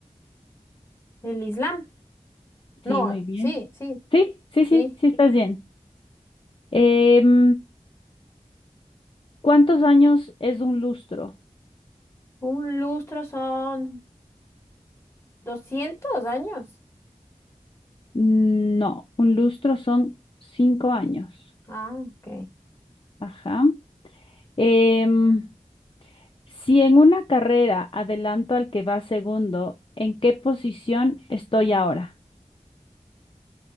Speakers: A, on the left (about 20°); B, on the left (about 40°).
A: El Islam. No,
B: Sí, muy bien.
A: sí, sí,
B: Sí, sí, sí,
A: sí.
B: sí, estás bien. Em, ¿cuántos años es un lustro?
A: Un lustro son 200 años.
B: Mm, No, un lustro son cinco años.
A: Ah, ok.
B: Ajá. Em, si en una carrera adelanto al que va segundo, ¿en qué posición estoy ahora?